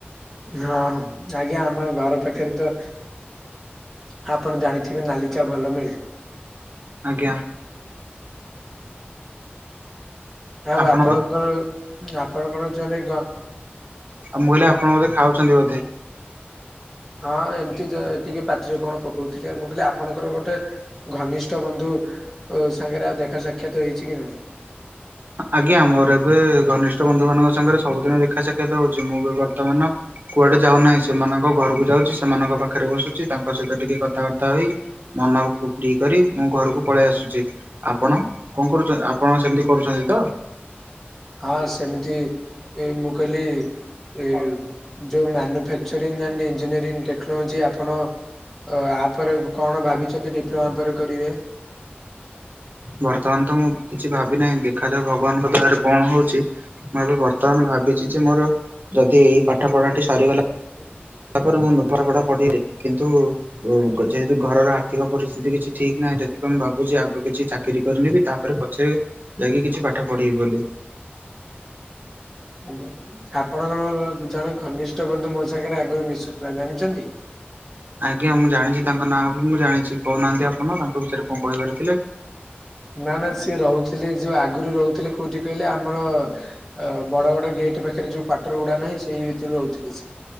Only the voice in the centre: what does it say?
ହଁ ହଁ ଆଜ୍ଞା ଆପଣ ଘର ପାଖରେ ତ ହଁ ଆପଣ ଜାଣିିଥିବେ ନାଲି ଚା ଭଲ ମିଳେ।
ଆଉ
ଆପଣଙ୍କର
ଆପଣଙ୍କର ଜଣେ ଘ
ହଁ ଏମିତି ଦ ଟିକେ ପାଟିରେ କଣ ପକଉଥିଲି। ମୁଁ କହିଲି ଆପଣଙ୍କର ଗୋଟେ ଘନିଷ୍ଠ ବନ୍ଧୁ ସାଙ୍ଗରେ ଆଉ ଦେଖା ସା କ୍ଷାତ ହେଇଛି କି ନାହିଁ?
ହଁ ସେମିତି ଏ ମୁଁ କହିଲି ଏ ଯୋଉ ମ୍ୟାନୁଫାକଚରିଙ୍ଗ ଆଣ୍ଡ ଇଞ୍ଜିନିୟରି ଟେକ୍ନୋଲୋଜି ଆପଣ ଆପରେ କଣ ଭାବିଛନ୍ତି ଡିପ୍ଲୋମା ପରେ କରିବେ?
ଏ
ହୁଁ। ଆପଣଙ୍କର ଜଣେ ଘନିଷ୍ଠ ବନ୍ଧୁ ମୋ ସାଙ୍ଗରେ ଆଗରୁ ମିଶୁଥିଲା, ଜାଣିଛନ୍ତି?
ନା ନା ସିଏ ରହୁଥିଲେ, ଯୋଉ ଆଗରୁ ରହୁଥିଲେ କୋଉଠି କହିଲେ ଆମର ଅ ବଡ ବଡ ଗେଟ୍ ପାଖରେ ଯୋଉ କ୍ୱାଟର ଗୁଡା ନାହିଁ ସେଇ ଭିତରୁ ରହୁଥିଲେ ସିଏ।